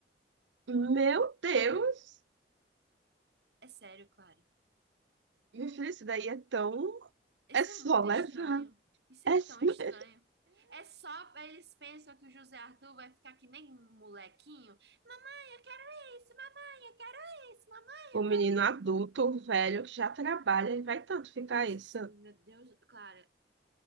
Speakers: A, on the right; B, on the right.
A: Meu Deus!
B: É sério, Clara.
A: Minha filha, isso daí é tão.
B: Isso
A: É só
B: é muito estranho.
A: levar.
B: Isso é
A: É... s-
B: tão
A: <laughs>
B: estranho. É só eles pensam que o José Arthur vai ficar que nem um molequinho. Mamãe, eu quero isso, mamãe, eu quero isso, mamãe,
A: O
B: eu
A: menino adulto, o velho, que já trabalha, ele vai tanto ficar
B: Meu Deus,
A: isso.
B: do céu, meu Deus, Clara,